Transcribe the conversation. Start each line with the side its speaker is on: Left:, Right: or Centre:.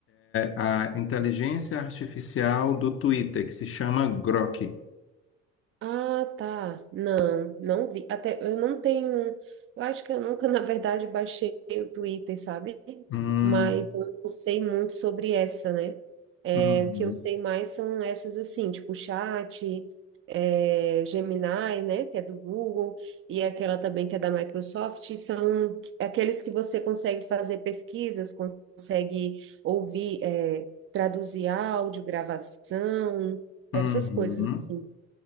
Left: a inteligência artificial do Twitter, que se chama Grok.
Right: Ah, tá. Não, não vi. Até eu não tenho. Eu acho que eu nunca, <laughs> na verdade, baixei o Twitter, sabe?
Left: Hum,
Right: Mas então, eu não sei muito sobre essa, né? É,
Left: uhum,
Right: o que eu sei mais são essas assim, tipo chat, é, Gemini, né, que é do Google, e aquela também que é da Microsoft, são aqueles que você consegue fazer pesquisas, consegue ouvir, é, traduzir áudio, gravação, essas
Left: uhum.
Right: coisas assim.